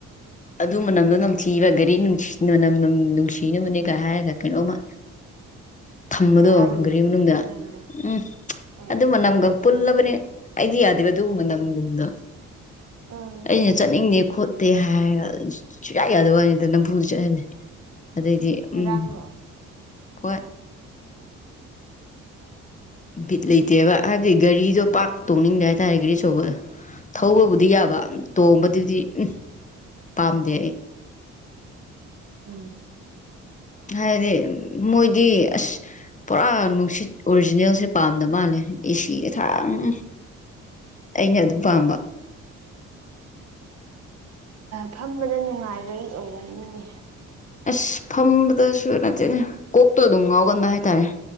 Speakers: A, on the left; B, on the right.
A: ꯑꯗꯨ ꯃꯅꯝꯗꯣ ꯅꯝꯊꯤꯕ ꯒꯥꯔꯤꯅꯨꯡ ꯃꯅꯝ ꯅꯨꯡꯁꯤꯅꯕꯅꯦꯒ ꯍꯥꯏꯔꯒ ꯀꯩꯅꯣꯝꯃ__ ꯊꯝꯕꯗꯣ
B: ꯊꯥꯕꯗꯣ
A: ꯒꯥꯔꯤ ꯃꯅꯨꯡꯗ
B: ꯑꯥ
A: ꯎꯝ
B: ꯑꯥ
A: ꯑꯗꯨ ꯃꯅꯝꯒ__ ꯄꯨꯜꯂꯕꯅꯦ ꯑꯩꯗꯤ ꯌꯥꯗꯦꯕ ꯑꯗꯨꯒꯨꯝꯕ ꯅꯒꯨꯝꯕꯗ
B: ꯎꯝ
A: ꯑꯩꯅ ꯆꯠꯅꯤꯡꯗꯦ__ ꯑ ꯇꯦ ꯍꯥꯏꯔꯒ ꯁꯨꯡꯌꯥ ꯌꯥꯗꯕ ꯋꯥꯅꯤꯗ ꯅꯝꯐꯨ ꯆꯠꯍꯜꯂꯦ ꯑꯗꯩꯗꯤ__
B: ꯉꯔꯥꯡꯔꯣ
A: ꯎꯝ ꯍꯣꯏ ꯫ ꯕꯤꯠ ꯂꯩꯇꯦꯕ ꯍꯥꯏꯕꯗꯤ ꯒꯥꯔꯤꯗꯣ ꯄꯥꯛꯔ ꯇꯧꯅꯤꯡꯗꯦ ꯍꯥꯏꯇꯥꯔꯦ ꯒꯥꯔꯤ ꯑꯆꯧꯕ ꯊꯧꯕꯕꯨꯗꯤ ꯌꯥꯕ ꯇꯣꯡꯕꯗꯨꯗꯤ ꯎꯝ ꯄꯥꯝꯗꯦ ꯑꯩ
B: ꯎꯝ
A: ꯍꯥꯏꯕꯗꯤ ꯃꯣꯏꯗꯤ ꯑꯁ__ ꯄꯨꯔꯥ ꯅꯨꯡꯁꯤꯠ ꯑꯣꯔꯤꯖꯤꯅꯦꯜꯁꯦ ꯄꯥꯝꯗ ꯃꯥꯜꯂꯦ ꯑꯦꯁꯤ__ ꯌꯦꯊꯥꯡ ꯑꯩꯅ ꯑꯗꯨꯝ ꯄꯥꯝꯕ꯫
B: ꯐꯝꯕꯗ ꯅꯨꯡꯉꯥꯏꯕꯩ ꯑꯣꯏꯒꯅꯤꯅꯦ꯫
A: ꯑꯁ ꯐꯝꯕꯗꯁꯨ ꯅꯠꯇꯦꯅ ꯀꯣꯛꯇꯣ ꯑꯗꯨꯝ ꯉꯥꯎꯒꯟꯕ ꯍꯥꯏꯇꯥꯔꯦ